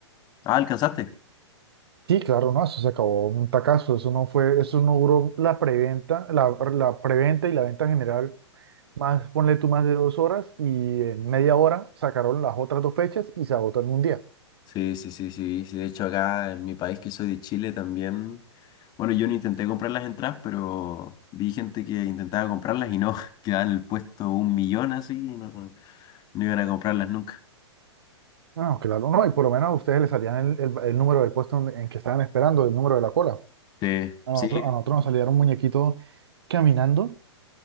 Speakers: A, on the left; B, on the right.
A: Ah, ¿alcanzaste?
B: Sí, claro, no, eso se acabó un tacazo, eso no fue, eso no duró la preventa, la, la preventa y la venta general más, ponle tú más de dos horas y en media hora sacaron las otras dos fechas y se agotó en un día.
A: Sí, sí, sí, sí, sí. De hecho, acá en mi país, que soy de Chile, también. Bueno, yo no intenté comprar las entradas, pero vi gente que intentaba comprarlas y no, <laughs> quedaban en el puesto un millón así y no, no no iban a comprarlas nunca.
B: No, no, claro, no, y por lo menos a ustedes les salían el, el- el número del puesto en, en que estaban esperando, el número de la cola.
A: Sí,
B: A nosotros,
A: sí,
B: a nosotros nos salía un muñequito caminando,